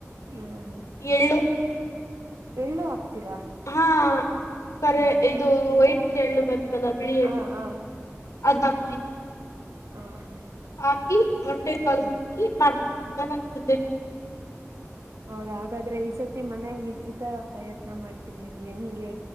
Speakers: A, on the right (about 80°); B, on the left (about 80°).
A: ಹ್ಮ ಹಾ
B: ಎಏಳ್ಳು
A: ಎಳ್ಳು ಹಾಕ್ತೀರಾ
B: ಹಾ ಕರೆ
A: ಹ
B: ಇದು ವೈಟ್ ಎಳ್ಳು ಬರ್ತಲ್ಲ ಬಿಳಿ
A: ಹಾ
B: ಎಳ್ಳು
A: ಹಾ ಹಾ
B: ಅದ್ ಬಕ್ತಿೀವಿ
A: ಹ ಹಾ
B: ಹಾಕಿ ಮೊಟ್ಟೆ ಕಲ್ಸಿಕ್ಕಿ
A: ಹ್ಮ
B: ಮಾಡ್ತೀವಿ ಚೆನ್ನಾಗಿರುತ್ತೆ
A: ಹೌದಾ ಹಾಗಾದ್ರೆ ಈ ಸತಿ ಮನ್ಯಾಗ ಈ ತರ ಪ್ರಯತ್ನ ಮಾಡ್ತೀನಿ ರರಿ ಹೆಂಗೆ